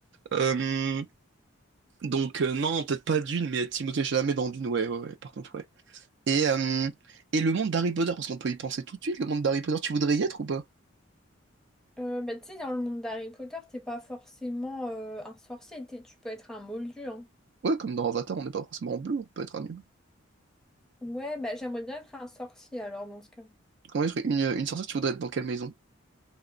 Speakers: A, on the right (about 60°); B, in the centre.
A: Euh, donc euh, non, peut-être pas Dune, mais Timothée Chalamet dans Dune, ouais, ouais, ouais, par contre, ouais. Et, euh, et le monde d'Harry Potter, parce qu'on peut y penser tout de suite, le monde d'Harry Potter, tu voudrais y être ou pas?
B: Euh, bah, tu sais, dans le monde d'Harry Potter, t'es pas forcément euh, un sorcier. t'es- tu peux être un moldu, hein.
A: Ouais, comme dans Avatar, on n'est pas forcément en bleu, on peut être un humain.
B: Ouais, bah, j'aimerais bien être un sorcier, alors, dans ce cas.
A: Comment être une, une sorcière, tu voudrais être dans quelle maison?